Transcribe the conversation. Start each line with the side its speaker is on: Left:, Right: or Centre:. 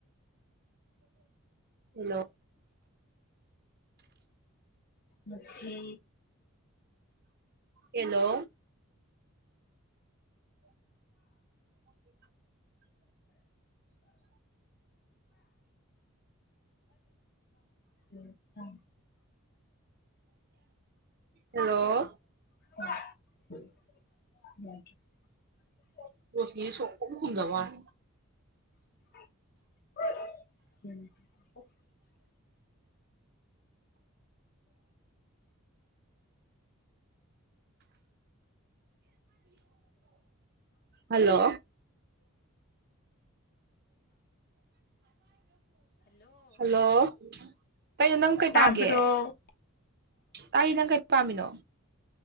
Right: ꯍꯜꯂꯣ
Left: ꯃꯁꯤ
Right: ꯍꯂꯣ <unintelligible>
Left: ꯎ ꯊ
Right: ꯍꯜꯂꯣ
Left: ꯎ ꯎꯝ
Right: ꯔꯁ ꯁꯣ ꯁꯟꯖꯕꯦ
Left: <inaudible>
Right: ꯍꯜꯂꯣ ꯍꯜꯂꯣ ꯀꯩꯅꯣ ꯅꯪ ꯀꯩ
Left: ꯇꯥꯕ꯭ꯔꯣ
Right: ꯄꯥꯝꯒꯦ ꯇꯥꯏꯏ ꯅꯪ ꯀꯩ ꯄꯥꯝꯃꯤꯅꯣ